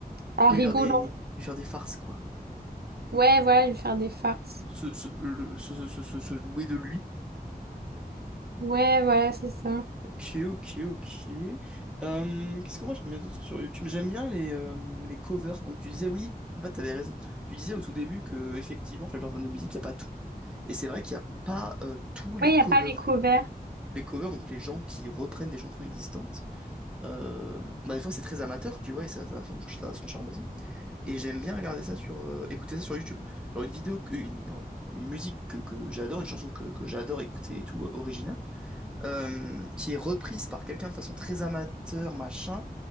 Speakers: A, on the right; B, in the centre.
A: en
B: Lui
A: rigolant.
B: faire des... lui faire des farces, quoi.
A: Ouais, voilà, lui faire des farces.
B: Se, se, le- se, se, se, se jouer de lui
A: Ouais, voilà, c'est ça.
B: Ok, ok, ok. Euh, qu'est-ce que moi j'aime bien d'autre sur YouTube? J'aime bien les, euh, les covers. Donc tu disais oui, en fait t'avais raison. Tu disais au tout début que effectivement sur les plateformes de musique, il n'y a pas tout. Et c'est vrai qu'il n'y a pas euh, tous les
A: Ouais, il
B: covers.
A: n'y a pas les covers.
B: Les covers, donc les gens qui reprennent des chansons existantes, euh, bah, des fois c'est très amateur, tu vois, et ça, ça a son, ça a son charme aussi. Et j'aime bien regarder ça sur, euh, écouter ça sur YouTube. Genre une vidéo, que- une, pardon, une musique que, que j'adore, une chanson que, que j'adore écouter et tout, euh, originale euh, qui est reprise par quelqu'un de façon très amateur, machin,